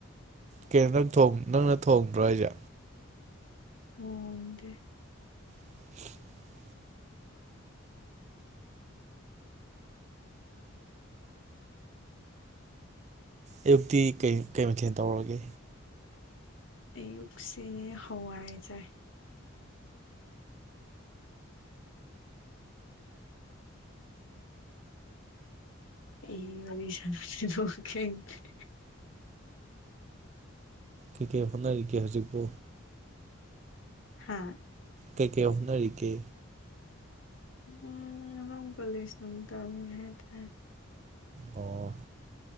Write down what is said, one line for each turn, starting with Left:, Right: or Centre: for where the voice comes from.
Right: ꯀꯩꯅꯣꯅꯪ ꯊꯣꯡ ꯅꯪꯅ ꯊꯣꯡꯗ꯭ꯔꯣ ꯍꯥꯏꯖꯦ
Left: ꯃꯑꯣꯡꯗꯤ
Right: <unintelligible> ꯑꯌꯨꯛꯇꯤ ꯀꯩ ꯀꯩ ꯃꯊꯦꯜ ꯇꯧꯔꯒꯦ
Left: ꯑꯌꯨꯛꯁꯦ ꯍꯋꯥꯏ ꯆꯥꯏ ꯀꯩ ꯋꯥꯔꯤ ꯁꯥꯅꯗꯣꯏꯅꯣꯒ ꯈꯡ <unintelligible>
Right: ꯀꯩ ꯀꯩ ꯍꯣꯠꯅꯔꯤꯒꯦ ꯍꯧꯖꯤꯛꯄꯨ
Left: ꯍꯥꯥ
Right: ꯀꯩ ꯀꯩ ꯍꯣꯠꯅꯔꯤꯒꯦ
Left: ꯎꯝ ꯑꯗꯨꯝ ꯀꯣꯂꯦꯁ ꯅꯨꯡ ꯇꯝꯃꯤ ꯍꯥꯏꯇꯥꯔꯦ
Right: ꯑꯣ